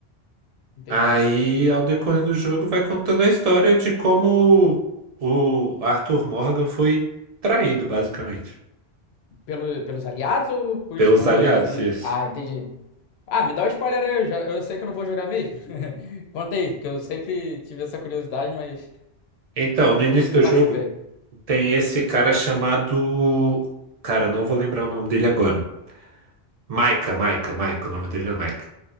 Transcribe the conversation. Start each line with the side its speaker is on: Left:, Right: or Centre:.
Left: Entendi.
Right: Aí, ao decorrer do jogo, vai contando a história de como o o Arthur Morgan foi traído, basicamente,
Left: Pelo, pelos aliados ou por
Right: pelos
Left: esposa,
Right: aliados,
Left: filho?
Right: isso.
Left: Ah, entendi. Ah, me dá um spoiler aí, eu, já, eu sei que eu não vou jogar mesmo. <laughs> Conta aí, porque eu sempre tive essa curiosidade, mas
Right: Então, no início
Left: nunca
Right: do
Left: participei.
Right: jogo tem esse cara chamado. Cara, eu não vou lembrar o nome dele agora. Micah, Micah, Micah, o nome dele é Micah.